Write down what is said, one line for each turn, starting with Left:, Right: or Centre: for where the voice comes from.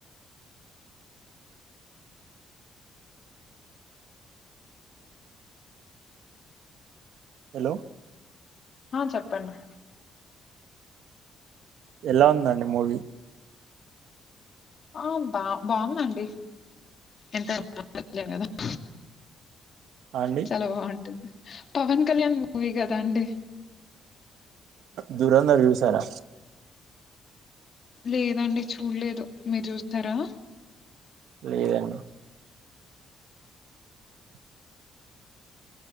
Right: హలో
Left: ఆ చెప్పండి
Right: ఎలావుందండి మూవీ
Left: ఆ బా బాగుందండి ఎంతైనా <inaudible>
Right: <inaudible> అండి
Left: చాలా బాగుంట్టుంది పవన్ కళ్యాణ్ మూవీ గదా అండి
Right: ధురందర్ జూసారా
Left: లేదండి చూడలేదు మీరు చూసారా
Right: లేదండి <inaudible>